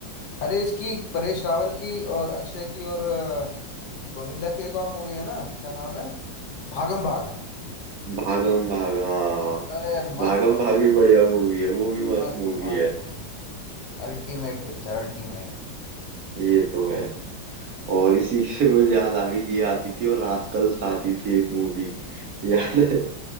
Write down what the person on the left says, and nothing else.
अरे इसकी परेश रावल की और अक्षय की और अ, गोविंदा की एक और मूवी है ना क्या नाम है भागम भाग
अरे मस्त
है
भाई
मस्त
मस्त
मस्त अल्टीमेट पिक्चर अल्टीमेट
हम्म।